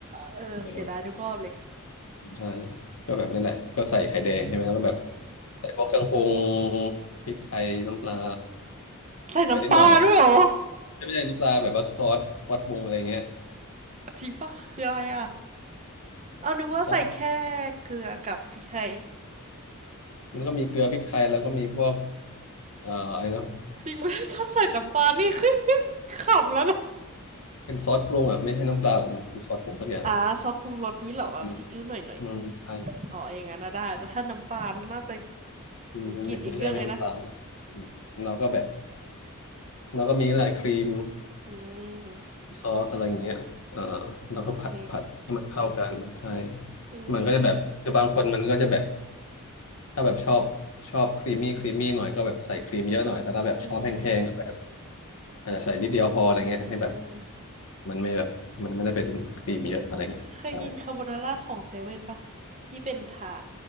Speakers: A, on the right (about 30°); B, on the left (about 70°).
A: เออเสียดายทุกรอบเลย
B: เออใช่ก็แบบนั่นแหละก็ใส่ไข่แดงใช่ไหมแล้วก็แบบใส่พวกเครื่องปรุงพริกไทยน้ำปลา
A: ใส่น้ำปลาด้วยเหรอ
B: ไม่นิดหน่อยแล้วไม่ได้น้ำปลาแบบว่าซอสซอสปรุงอะไรเงี้ย
A: จริงปะคืออะไรอ่ะเอานึกว่าใส่แค่
B: ซอส
A: เกลือกับพริกไทย
B: มันก็มีเกลือพริกไทยแล้วก็มีพวกเอ่ออะไรนะ
A: จริงไหมถ้าใส่น้ำปลานี่คือขำแล้วนะ
B: เป็นซอสปรุงอ่ะไม่ใช่น้ำปลาหรอกมันคือซอสปรุงสักอย่าง
A: อ่าซอสปรุงรสนี้เหรอแบบซีอิ๊วหน่อยหน่อย
B: อืมอืมใช่
A: ๆอ๋ออย่างนั้นนะได้แต่ถ้าน้ำปลาน่าจะ
B: อืมไม่ไม่ใช่ไม่น้ำปลา
A: กินอีกเรื่องเลยนะ
B: อืมเราก็แบบเราก็มีแหละครีม
A: อืม
B: ซอสอะไรอย่างเงี้ยเออเราก็ผัดผัดให้มันเข้ากันใช่
A: โอเคดูดี
B: มันก็จะแบบคือบางคนมันก็จะแบบถ้าแบบชอบชอบครีมมี่ครีมมี่หน่อยก็แบบใส่ครีมเยอะหน่อยแต่ถ้าแบบชอบแห้งๆก็แบบ
A: อืม
B: อาจจะใส่นิดเดียวพออะไรเงี้ยให้แบบ
A: อืม
B: มันไม่แบบมันไม่ได้เป็นครีมเยอะอะไรเงี้ยใช่
A: เคยกินคาโบนาร่าของเซเว่นปะที่เป็นถาด